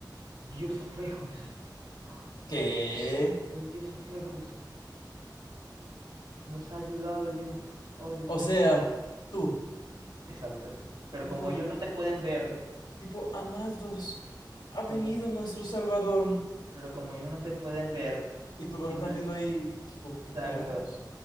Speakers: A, on the right (about 80°); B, on the left (about 80°).
A: Dios Aflejus, ¡Ah!
B: ¿Qué?
A: el Dios Aflejus, nos ha ayudado el Dios. Oh, Dios
B: O
A: mío.
B: sea, tú,
A: Exacto. Pero
B: tipo,
A: como ellos no te pueden ver,
B: tipo, amados, ha
A: como,
B: venido nuestro Salvador.
A: Pero como ellos no te pueden ver
B: Y tú
A: y simple,
B: los estás viendo ahí, tipo, ¿qué
A: exacto,
B: carajos?